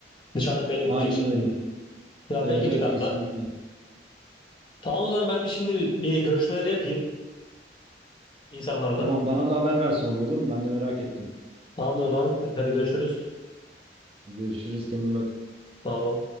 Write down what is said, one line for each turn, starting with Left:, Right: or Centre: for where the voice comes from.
Left: Dışarıdan belli
Right: Aynen
Left: etmeyecek şekilde.
Right: öyle.
Left: Zaten
Right: Evet
Left: ikinci
Right: evet
Left: katta.
Right: kesinlikle.
Left: Tamam o zaman ben bir şimdi bir görüşmeleri yapayım insanlarla.
Right: Tamam bana da haber ver sonra olur mu? Ben de merak ettim.
Left: Tamam o zaman hadi görüşürüz.
Right: Görüşürüz. Kendine iyi bak.
Left: Sağ ol.